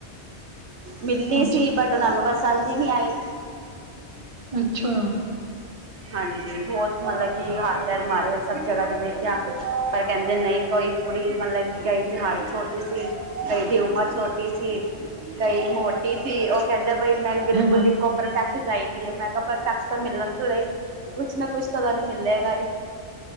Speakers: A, on the right; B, on the right.
A: ਮਿਲੀ
B: ਅੱਛਾ,
A: ਸੀ ਬਟ ਉਹਨਾ ਨੂੰ ਪਸੰਦ ਹੀ ਨੀ ਆਈ
B: ਅੱਛਾ
A: ਹਾਂਜੀ ਬਹੁਤ ਮਤਲਬ ਕਿ ਹੱਥ ਪੈਰ ਮਾਰੇ ਸਭ ਜਗ੍ਹਾ ਤੇ ਦੇਖਿਆ ਪਰ ਕਹਿੰਦੇ ਨਹੀਂ ਕੋਈ ਕੁੜੀ ਮਤਲਬ ਕਿ ਕਈ ਦੀ ਹਾਈਟ ਛੋਟੀ ਸੀ ਕਈ ਦੀ ਉਮਰ ਛੋਟੀ ਸੀ ਕਈ ਮੋਟੀ ਸੀ ਉਹ ਕਹਿੰਦੇ ਬਾਈ ਮੈਨੂੰ ਬਿਲਕੁਲ
B: ਹਾਂ।
A: ਇੱਕੋ ਪਰਫੈਕਟ ਚਾਹੀਦੀ ਏ ਮੈਂ ਕਿਹਾ ਪਰਫੈਕਟ ਤਾਂ ਮਿਲਣ ਤੋ ਰਹੀ ਕੁਛ ਨਾ ਕੁਛ ਤਾਂ ਤੁਹਾਨੂੰ ਮਿਲੇਗਾ ਹੀ